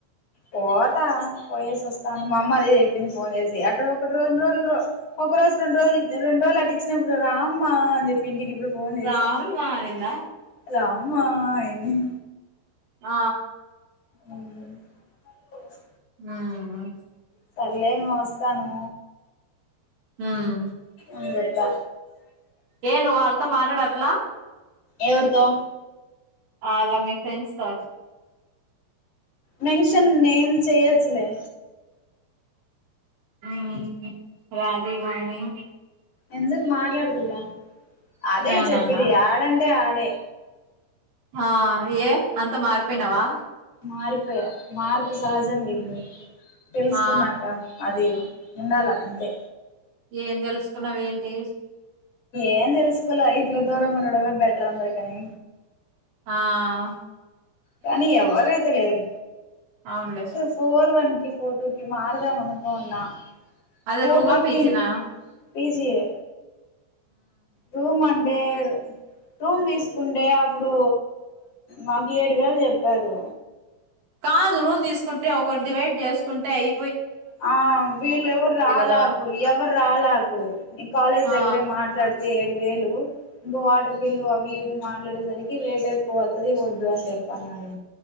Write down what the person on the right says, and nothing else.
రామ్మా అనింద
ఆ
మ్మ్ హ్మ్
హ్మ్
ఏ నువ్ వాల్తో మాటాడట్లా
ఆ అలా మీ ఫ్రెండ్స్ తో
ఉమ్ రాజీ వాణి
అవునన్న
ఆ ఏ అంత మార్పేనావా
ఆ
ఏం తెలుసుకున్నావి ఏంటి
ఆహ్
అవునులే
అదే
రూమా పీజినా
కాదు రూమ్ తీసుకుంటే ఒకరు డివైడ్ చేసుకుంటే అయి
కదా
ఆ